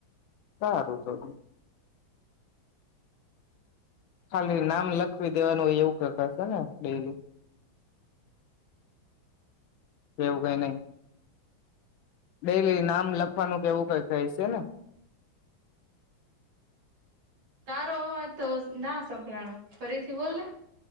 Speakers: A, on the left (about 80°); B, on the right (about 80°).
A: સારું તો તો ખાલી
B: હા.
A: નામ લખવી દ દેવાનું હોય એવું કેતા હશે ને ડેઇલી કે એવું કઈ નહી. ડેઇલી નામ લખવાનું કેવું કઈ થાય છે ને.
B: તારો અવાજ તો ના સંભળાણો ફરીથી બોલ ને.